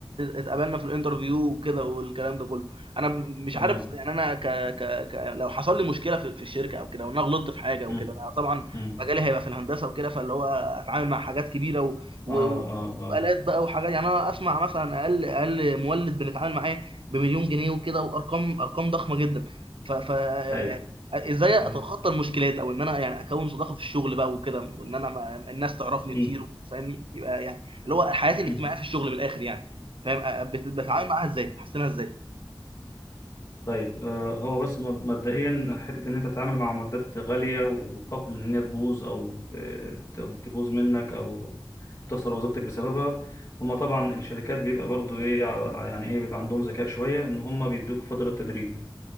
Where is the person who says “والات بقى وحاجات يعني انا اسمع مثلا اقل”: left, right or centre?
Right